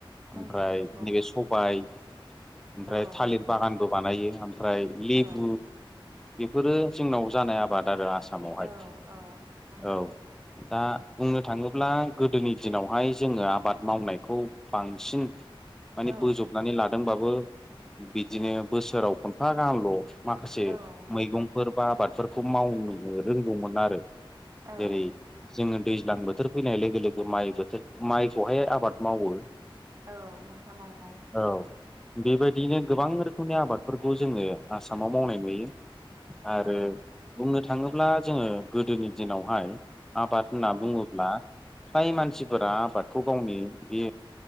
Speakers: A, on the right; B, in the centre.
A: नंगौ
B: ओमफ्राय
A: नंगौ
B: नैबे सबाय, ओमफ्राय
A: औ
B: थालिर
A: नोंथां
B: बागानबो बानायो ओमफ्राय लेबु
A: औ
B: बेफोरो जोंनाव जानाय आबाद आरो आसामावहाय,
A: औ औ नंगौ
B: औ। दा बुंनो थाङोब्ला गोदोनि दिनावहाय जोंङो आबाद मावनायखौ बांसिन माने
A: औ
B: बोजबनानै लादोंबाबो बिदिनो बोसोराव खनफा गाहामल' माखासे
A: औ नोंथां
B: मैगंफोर बा आबादफोरखौ मावनो रोंगौमोन आरो।
A: औ
B: जेरै जोङो दैज्लां बोथोर फैनाय लोगो लोगो माइ बोथोर माइखौहाय आबाद मावो।
A: औ नोंथां नंगौ।
B: औ बेबायदिनो गोबां रोखोमनि आबादफोरखौ जोंङो आसामाव मावनाय नुयो। आरो
A: औ
B: बुंनो थाङोब्ला जोङो गोदोनि दिनावहाय आबाद होनना
A: औ
B: बुङोब्ला फ्राय मानसिफोरा आबादखौ गावनि बे